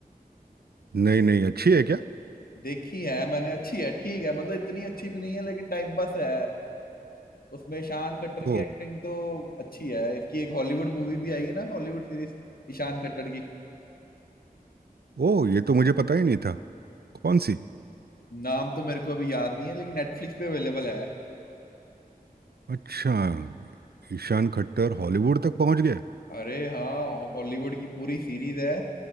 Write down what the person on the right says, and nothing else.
नहीं नहीं अच्छी है क्या
ओ
ओ ये तो मुझे पता ही नहीं था कौन सी
अच्छा ईशान खट्टर हॉलीवुड तक पहुंच गया